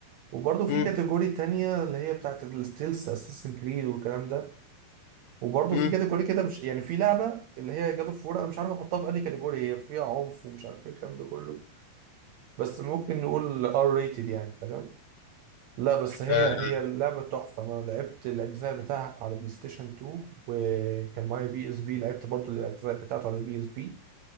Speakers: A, on the right; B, on the left.
A: وبرضه في
B: امم
A: كاتيجوري تانية اللي هي بتاعت الستيلز اساسن كريد والكلام ده وبرضه
B: امم
A: في كاتيجوري كده مش يعني في لعبة اللي هي جاد اوف وور انا مش عارف احطها في اي كاتيجوري هي فيها عنف ومش عارف ايه الكلام ده كله بس ممكن نقول ار ريتد يعني تمام لا بس هي
B: آه
A: هي اللعبة تحفة انا لعبت الاجزاء بتاعها على بلاي ستيشن 2 وكان معايا بي اس بي لعبت برضه الاجزاء بتاعته على بي اس بي